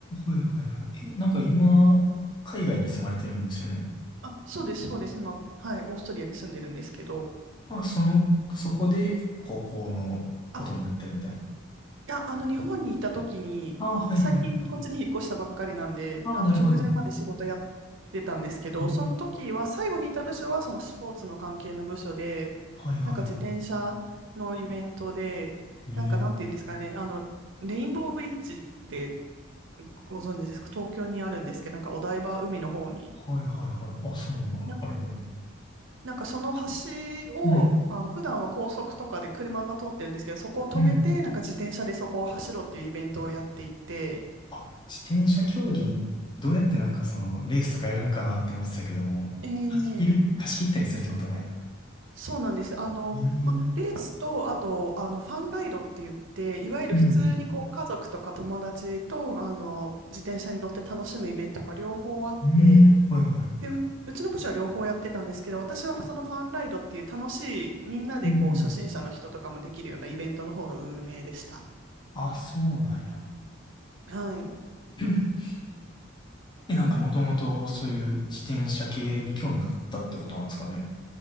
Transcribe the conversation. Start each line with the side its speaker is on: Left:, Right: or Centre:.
Left: はいはいはい。え、なんか今、海外に住まれてるんですよね。
Right: あ、そうです、そうです。今、はい、オーストリアに住んでるんですけど。
Left: まあ、その、そこで高校のこともやったりみたいな。
Right: あ、いや、あの、日本にいた時に、
Left: ああ、はいはいはいはい。
Right: 最近こっちに引っ越したばっかりなんで、
Left: ああ、
Right: あの、
Left: なるほど。
Right: 直前まで仕事やっ
Left: うん
Right: てたんですけど、
Left: うん
Right: その時は、最後にいた部署は、そのスポーツの関係の部署で、
Left: はいはいは
Right: なんか自転車のイベントで、
Left: い。
Right: なんか、なんていうんですかね、
Left: ええ
Right: あの、レインボーブリッジって、ご存知ですか東京にあるんですけど、なんかお台場海の方に。
Left: はいはいはい。あ、そんな、
Right: な、
Left: あるね。
Right: なんかその橋を、
Left: うん。
Right: あの、普段は高速とかで車が通ってるんですけど、そこを止めて、
Left: うん。
Right: なんか自転車でそこを走ろうっていうイベントをやっていて、
Left: あ、自転車競技、どうやってなんかその、レースとかやるんかなって思ってたけども、
Right: ええ
Left: 貸し切る、貸し切ったりするってことなんや。
Right: そうなんです。あの、
Left: ええ
Right: ま、レースと、あと、あの、ファンライドって言って、いわゆる普通にこう、
Left: うん。
Right: 家族とか友達と、あの、自転車に乗って楽しむイベントが両方あって、
Left: うん。はいはい。
Right: で、う、うちの部署は両方やってたんですけど、私はそのファンライドっていう楽しい、みんなでこう初心者の人とかもできるようなイベントの方の運営でした。
Left: うんうん。あ、そうなんや。
Right: はい。
Left: <clears throat> え、なんかもともとそういう自転車系に興味があったってことなんですかね。
Right: で、い